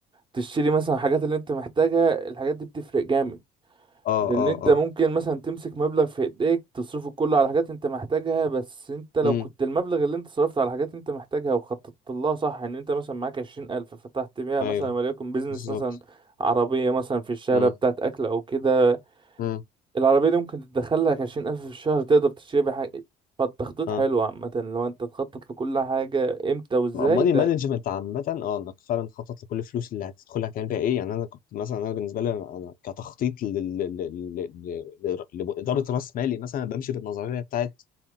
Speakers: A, on the right; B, on the left.
A: تشتري مثلا الحاجات اللي انت محتاجها الحاجات دي بتفرق جامد
B: اه
A: لان
B: اه
A: انت
B: اه
A: ممكن مثلا تمسك مبلغ في ايديك تصرفه كله على حاجات انت محتاجها بس انت لو
B: امم
A: كنت المبلغ اللي انت صرفته على حاجات انت محتاجها وخططت لها صح ان انت مثلا معاك عشرين الف فتحت بيها
B: ايوه
A: مثلا وليكن بيزنس
B: بالظبط
A: مثلا عربية مثلا في الشارع
B: امم
A: بتاعت اكل او كده
B: امم
A: العربية دي ممكن تدخلك عشرين ألف في الشهر تقدر تشتري بيها حاجة فالتخطيط
B: اه
A: حلو عامة لو أنت تخطط لكل حاجة إمتى وإزاي
B: ماني
A: ده
B: مانجمنت عامة اه انك فعلا تخطط لكل الفلوس اللي هتدخلها هتعمل بيها ايه يعني انا كنت مثلا انا بالنسبة لي انا كتخطيط لل- لل- لل- لل- لإدارة راس مالي مثلا بمشي بالنظرية بتاعت